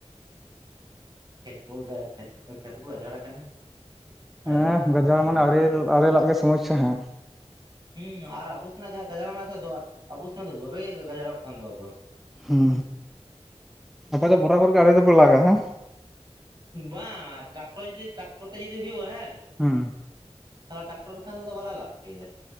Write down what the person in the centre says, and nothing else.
ᱦᱮᱸ
ᱜᱟᱡᱟᱲ
ᱢᱟᱱᱮ
ᱟᱲᱮ ᱟᱲᱮ ᱞᱟᱜ ᱜᱮ ᱥᱚᱢᱚᱥᱥᱟ ᱦᱮᱸ
ᱦᱩᱸ ᱟᱯᱮ ᱫᱚ ᱵᱚᱨᱟᱵᱚᱨ ᱜᱮ ᱟᱲᱮ ᱫᱚ ᱯᱮ ᱞᱟᱜᱼᱟ ᱦᱟᱝ
ᱦᱮᱸ